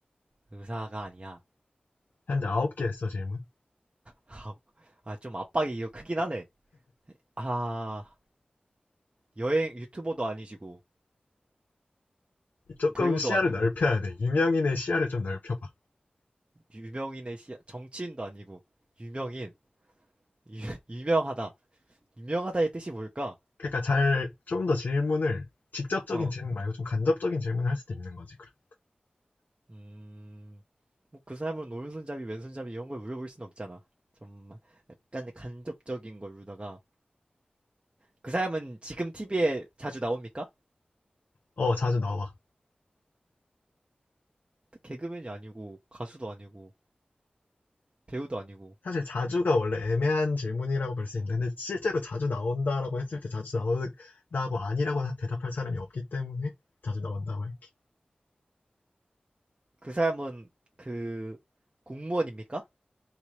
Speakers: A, on the right; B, on the left.
A: 의사가 아니야.
B: 현재 아홉 개 했어, 질문.
A: <laughs> 아, 좀 압박이 이거 크긴 하네. 아, 여행 유튜버도 아니시고
B: 조금
A: 배우도
B: 시야를
A: 아니고
B: 넓혀야 돼. 유명인의 시야를 좀 넓혀봐.
A: 유명인의 시 정치인도 아니고 유명인 유, 유명하다. 유명하다의 뜻이 뭘까?
B: 그러니까 잘, 좀 더 질문을, 직접적인
A: 어,
B: 질문 말고 좀 간접적인 질문을 할 수도 있는 거지, 그럼.
A: 음, 뭐 그 사람은 오른손잡이, 왼손잡이 이런 걸 물어볼 순 없잖아. 좀 약간 간접적인 걸로다가 그 사람은 지금 TV에 자주 나옵니까?
B: 어, 자주 나와.
A: 개그맨이 아니고 가수도 아니고 배우도 아니고
B: 사실 자주가 원래 애매한 질문이라고 볼 수 있는데, 실제로 자주 나온다라고 했을 때 자주 나온다고 아니라고 대답할 사람이 없기 때문에 자주 나온다고 할게.
A: 그 사람은 그 공무원입니까?